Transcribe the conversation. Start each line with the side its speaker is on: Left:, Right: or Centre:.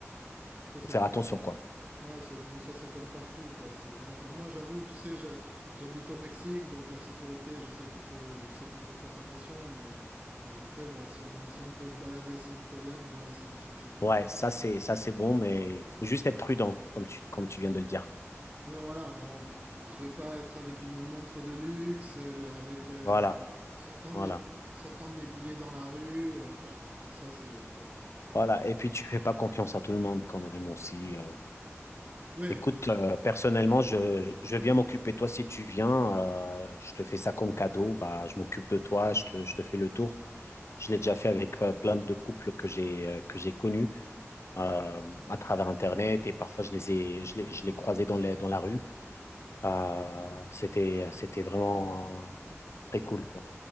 Right: ça, c'est
Left: faut faire
Right: comme,
Left: attention, quoi.
Right: ouais, c'est- mais ça, c'est comme partout, quoi. C'est vraiment. Bah, moi, j'avoue, tu sais, je- j'habite au Mexique, donc la sécurité, je sais qu'il faut, je sais qu'il faut faire attention, mais, mais après, bon, si on, si on peut se balader sans problème, voilà, ça me suffit, quoi.
Left: Ouais, ça, c'est, ça, c'est bon, mais il faut juste être prudent, comme tu, comme tu viens de le dire.
Right: Ouais, voilà, on- je vais pas être avec une montre de luxe, euh, avec. euh,
Left: Voilà,
Right: en sortant
Left: voilà,
Right: mes, en sortant mes billets dans la rue, euh, voilà, enfin tout ça c'est voilà.
Left: voilà. Et puis, tu fais pas confiance à tout le monde quand même aussi. euh,
Right: Ouais,
Left: Écoute, euh, personnellement, je, je vais bien m'occuper de toi si tu viens. euh, je te fais ça comme cadeau. Bah, je m'occupe de toi, je te, je te fais le tour. Je l'ai déjà fait avec euh, plein de couples que j'ai euh, que j'ai connus euh, à travers Internet et parfois je les ai, je les, je les croisais dans les, dans la rue. Euh, c'était, c'était vraiment euh, très cool, quoi.